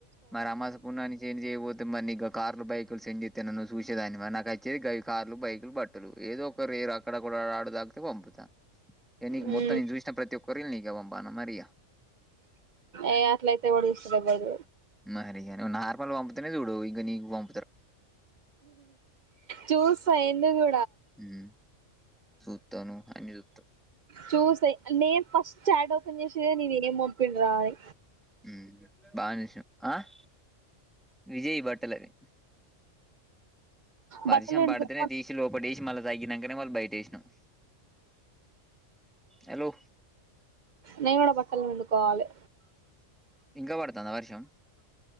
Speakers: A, in the centre; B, on the right.
A: మరి అమాస పున్నానికి సెండ్ చేయకపోతే మరి ఇక కార్లు బైకులు సెంజ చేస్తా నన్ను చూసేదానివ నాకు అయి చ్చది కార్లు బైక్లు బట్టలు ఏదో ఒక రే రా <unintelligible> పంపుతా ఇగ నీకు
B: ఉమ్
A: మొత్తం నేను చూసిన ప్రతి ఒక్క రీల్ నీకే పంపను మరి ఇగ
B: ఏ అట్లయితే ఎవడు చూస్తడు ఎవడు
A: మరి ఇగ నార్మల్ వం తడే చూడు ఇక నీకు వం
B: చూస్ ఆ ఎందుకు
A: ఉ చుత్తాను అన్ని త
B: చూసే నేను ఫస్ చాట్ ఓపన్ చేసేదే నీగెం మోమ్ ప్ప రాయి
A: ఉ బానే చూసినావ్ విజయ్ బట్టలవి
B: బట్టలు
A: వర్షం
B: పిండుకున్నాం
A: పడుతేనే తీసి లోప డిసి మళ్ళ తగ్గినాంక మళ్ బయట చేసినాం హలో
B: నేను కూడా బట్టలు పిండుకోవాలే
A: ఇంకా పడుతుందా వర్షం